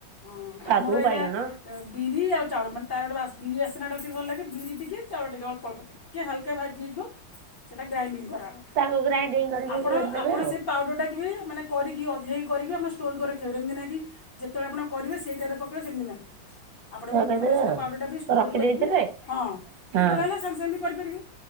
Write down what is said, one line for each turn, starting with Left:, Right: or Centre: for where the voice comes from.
Left: ହଁ
Right: ସାରୁ
Left: ଆମର ଏଇଟା
Right: ବାଇଗଣ
Left: ବିରି ଆଉ ଚାଉଳ ମାନେ ତାର ଗୋଟେ ବିରି ଆସନାଟା ସେଛି ଭଲ ଲାଗେ ବିରି ଟିକେ ଚାଉଳ ଟିକେ ଅ୍ପ ଅଳ୍ ଟ କିଏ ହାଲକା ଭାଜି ହେଇଯିବ ସେଇଟା ଗ୍ରାଇଣ୍ଡିଙ୍ଗ କରାହେବ।
Right: ତାକୁ ଗ୍ରାଇଣ୍ଡିଙ୍ଗ କରିକି
Left: ଆପଣ
Right: ଦେବେ
Left: ଆପଣ
Right: ଆଉ।
Left: ସେ ପାଉଡର ମାନେ କରିକି ଅଧିକ ହେକ କରିକି ଆଣ ଷ୍ଟୋର୍ କରି ରଖିବାର ଏମିତି ନାକି ଯେତେବେଳେ ଆପଣ କରିବେ ସେଇଟାରେ ପକାଇବା ସେମିତି ନାହିଁ। ଆପଣ ବି
Right: ରଖିଦେବେ
Left: ମାନେ ସେଇଟା
Right: ଆଉ
Left: ପାଉଡ଼ରଟା ବି ଷ୍ଟୋର୍
Right: ରଖିଦେଇଥିବେ
Left: କରିକି ହଁ
Right: ହଁ
Left: ଯେତେବେଳେ ହେଲା ସାଙ୍ଗେ ସାଙ୍ଗେ ବି କରିପାରିବେ।